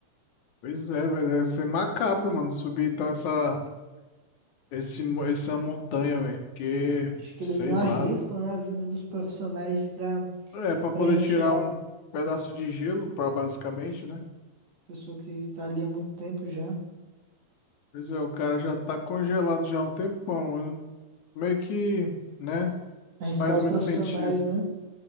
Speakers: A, on the left (about 65°); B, on the right (about 55°).
A: Pois é, velho, deve ser macabro, mano, subir então essa esse mo- essa montanha, velho, porque
B: Acho que
A: sei
B: eles não arriscam,
A: lá, velho.
B: né, a vida dos profissionais pra,
A: É pra
B: pra
A: poder
B: retirar
A: tirar um
B: o- a
A: pedaço de gelo, para basicamente, né?
B: pessoa que tá ali há muito tempo já.
A: Pois é, o cara já tá congelado já há um tempão. né? Meio que, né?
B: Arriscar
A: Faz
B: os
A: muito
B: profissionais,
A: sentido.
B: né?